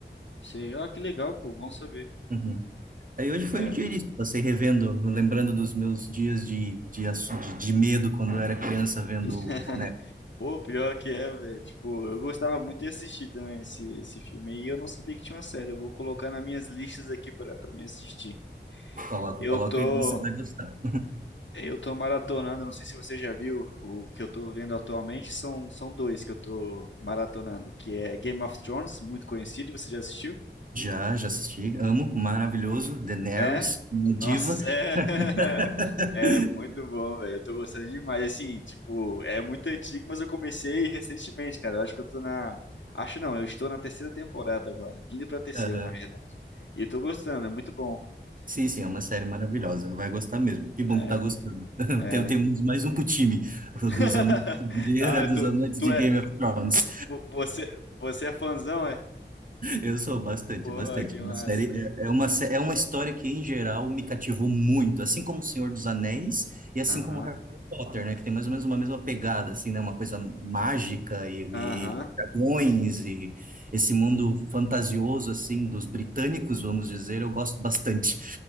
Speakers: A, on the left; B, on the right.
A: sei. Ó, que legal, pô, bom saber.
B: Uhum. Aí hoje foi
A: É.
B: o dia disso, passei revendo, lembrando dos meus dias de, de, ass- de, de medo quando eu era criança vendo
A: <laughs>
B: o boneco.
A: Pô, pior que é, velho. Tipo, eu gostava muito de assistir também esse, esse filme. E eu não sabia que tinha uma série. Eu vou colocar nas minhas listas aqui para para me assistir.
B: Coloca,
A: Eu
B: coloca
A: tô,
B: e você vai gostar.
A: eu tô maratonando. Não sei se você já viu o que eu tô vendo atualmente. São, são dois que eu tô maratonando, que é Game of Thrones, muito conhecido. Você já assistiu?
B: Já, já assisti, amo, maravilhoso, Daenerys,
A: É?
B: minha
A: Nossa,
B: diva.
A: é. <laughs>
B: <laughs>
A: É muito bom, velho. Eu tô gostando demais. Assim, tipo, é muito antigo, mas eu comecei recentemente, cara. Eu acho que eu tô na. Acho não, eu estou na terceira temporada agora. Indo pra terceira,
B: Aham.
A: na verdade. E eu tô gostando, é muito bom.
B: Sim, sim, é
A: Muito-
B: uma série maravilhosa, vai gostar mesmo. Que bom
A: É,
B: que tá gostando. <laughs>
A: é.
B: Tem- Temos mais um pro time, o
A: <laughs>
B: dos amantes de guerra,
A: Ah,
B: dos
A: tu,
B: amantes
A: tu
B: de
A: é.
B: Game of Thrones.
A: vo- Você, você é fãzão, é?
B: Eu sou bastante,
A: Pô,
B: bastante.
A: que
B: Uma
A: massa.
B: série é é uma sé- é uma história que em geral me cativou muito, assim como O Senhor dos Anéis e assim
A: Aham,
B: como Harry Potter, né, que tem mais ou menos uma mesma pegada assim, né, uma coisa mágica e,
A: aham.
B: e dragões e esse mundo fantasioso assim dos britânicos, vamos dizer, eu gosto bastante.